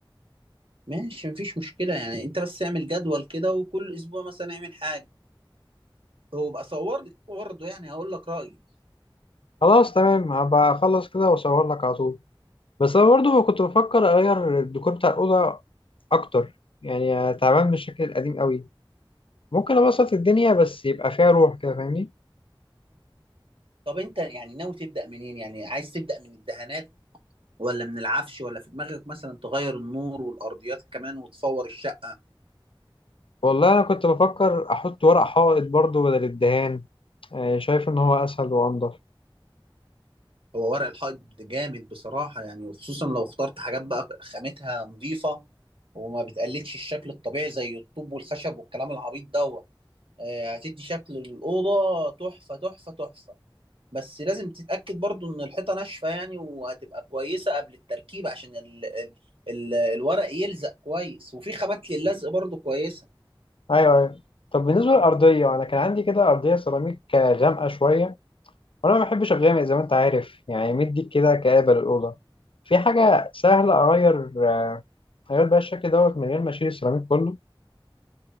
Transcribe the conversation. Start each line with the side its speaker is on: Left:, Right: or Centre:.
Right: ماشي مفيش مشكلة يعني أنت بس اعمل جدول كده وكل أسبوع مثلا اعمل حاجة هو بقى صور لي برضه يعني هقول لك رأيي
Left: خلاص تمام هبقى اخلص كده واصور لك على طول بس انا برضو كنت بفكر اغير الديكور بتاع الاوضه اكتر يعني تعبان من الشكل القديم قوي ممكن ابسط الدنيا بس يبقى فيها روح كده فاهمني
Right: طب انت يعني ناوي تبدأ منين يعني عايز تبدأ من الدهانات ولا من العفش ولا في دماغك مثلا تغير النور والأرضيات كمان وتفور الشقة
Left: والله أنا كنت بفكر أحط ورق حائط برضو بدل الدهان آه، شايف إن هو أسهل وأنضف
Right: هو ورق الحائط جامد بصراحة يعني وخصوصا لو اخترت حاجات بقى خامتها نظيفة وما بتقلدش الشكل الطبيعي زي الطوب والخشب والكلام العبيط دوت آه، هتدي شكل الأوضة تحفة تحفة تحفة بس لازم تتأكد برضو ان الحيطة ناشفة يعني وهتبقى كويسة قبل التركيب عشان ال ال ال الورق يلزق كويس وفي خامات للزق برضو كويسة
Left: ايوه ايوه طب بالنسبة للأرضية أنا كان عندي كده أرضية سيراميك آه، غامقة شوية وأنا ما بحبش الغامق زي ما أنت عارف يعني مدي كده كآبة للأوضة في حاجة سهلة أغير آه، أغير بقى الشكل دوت من غير ما أشيل السيراميك كله